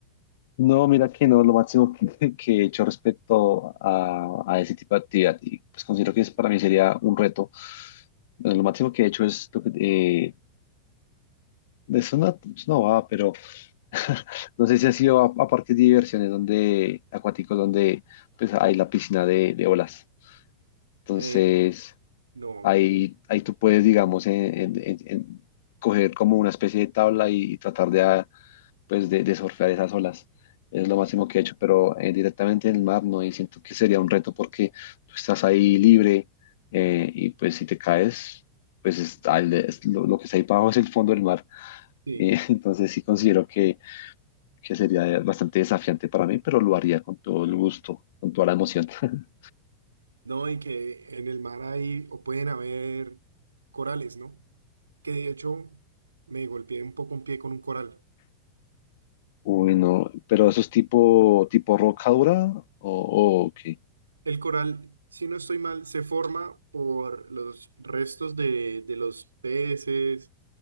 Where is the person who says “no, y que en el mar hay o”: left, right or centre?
Right